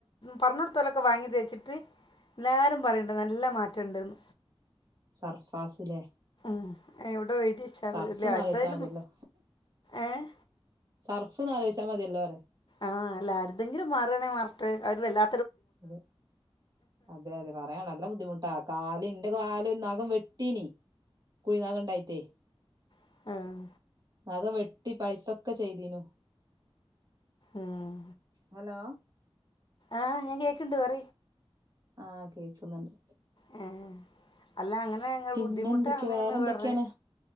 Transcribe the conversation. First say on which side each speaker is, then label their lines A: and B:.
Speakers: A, on the left (about 50°); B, on the right (about 40°).
A: പറഞ്ഞ കൊടുത്തലൊക്കെ വാങ്ങി തെച്ചിട്ട് എല്ലാവരും പറയണ്ട നല്ല മാറ്റുണ്ട്ന്ന്
B: സർഫാസിലെ
A: ഉ എവിടെ എഴുതിച്ചാള്
B: സർഫ്
A: ഇല്ല
B: നാല്
A: ആര്തായാലും
B: വശാ മതിയല്ലോ
A: ഏഹ്
B: സർഫ് നാല് വശാ മതിയല്ലോ അരെ
A: ആഹ് അല്ല ആരുതെങ്കിലും മാറണേ മാർട്ടെ അവര് വല്ലാ
B: അതെ അതെ അതെ പറയണല്ലാം ബുദ്ധിമുട്ടാ കാല് ഇന്റെ കാല വെട്ടീനി കുഴിനക ഉണ്ടായിട്ടേ
A: ഉം
B: നഖംവെട്ടി പൈത്തൊക്കെ ചെയ്തീനു
A: ഉം
B: ഹലോ
A: ആഹ് ഞാൻ കേക്കണ്ട് പറ
B: ആഹ് കേക്കുന്നുണ്ട്
A: ആ അല്ല അങ്ങനെ ഞങ്ങൾ
B: പിന്നെ
A: ബുദ്ധിമുട്ടാണ്ന്ന്
B: എന്തൊക്കെയ വേറെ എന്തൊക്കെയാണ്
A: പറെ